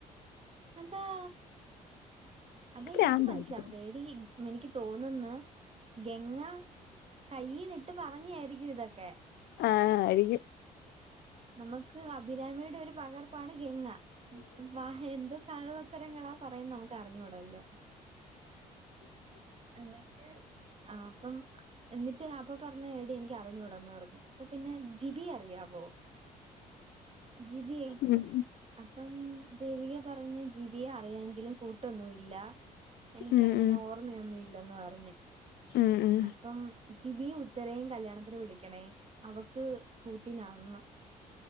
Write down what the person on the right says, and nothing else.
അതാ അതെ
എനിക്കും മനസ്സിലാവതെ എടി എനിക്ക് തോന്ന്ന്ന് ഗെംഗാ കയ്യിലിട്ട് പറഞ്ഞെരിക്കും ഇതൊക്കെ
നമുക്ക് അഭിരാമിടെ ഒരു പകർപ്പാണ് ഗംഗ വാ എന്തു കള്ളത്തരങ്ങളാ പറയുന്ന നമുക്ക് അറിഞ്ഞൂടല്ലോ എന്നിട്ട് അഹ് അപ്പം എന്നിട്ട് അപ്പൊ പറഞ്ഞു എടി എനിക്ക് അറിഞ്ഞൂടെന്ന് പറഞ്ഞ് അപ്പൊ പിന്നെ ജിബി അറിയാവോ ജിബീ
അപ്പം ദേവിക പറഞ്ഞ് ജിബിയെ അറിയാങ്കിലും കൂട്ടൊന്നും ഇല്ല എനിക്കങ്ങനെ
ഓർ ഓർമയൊന്നും ഇല്ലെന്ന് പറഞ്ഞ്
അപ്പം ജിബിയും ഉത്തരേം കല്യാണത്തിന് വിളിക്കണേ അവക്ക് കൂട്ടിനാന്ന്